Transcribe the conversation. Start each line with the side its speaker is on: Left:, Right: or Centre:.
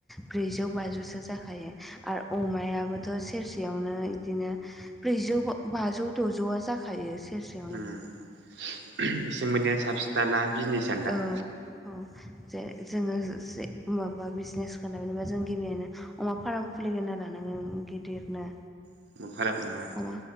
Centre: ब्रैजौ बाजौसो जाखायो। आरो अमाया बो थ' सेरसेयावनो बिदिनो ब्रैजौ बाजौ द'जौआ जाखा जाखायो सेरसे
Right: उम एसे मोननैआ साबसिन दाना बिजनेसानो
Centre: औ
Right: दा?
Centre: औ जे जोङो ज माबा बिजनेस खालामेनबा जों गिबियनो अमा फ्राम खुलिना होनना लानांगोन गिदिरनो।
Right: <unintelligible>
Centre: अमा